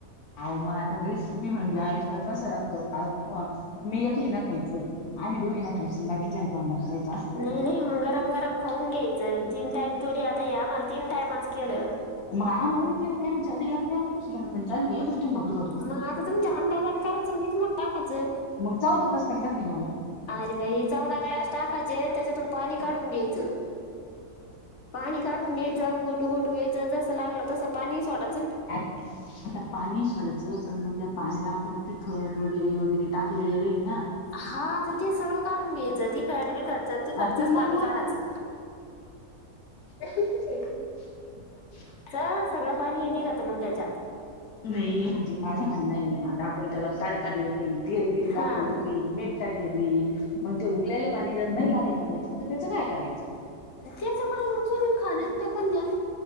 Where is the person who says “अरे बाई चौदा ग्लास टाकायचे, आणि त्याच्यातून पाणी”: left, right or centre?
Left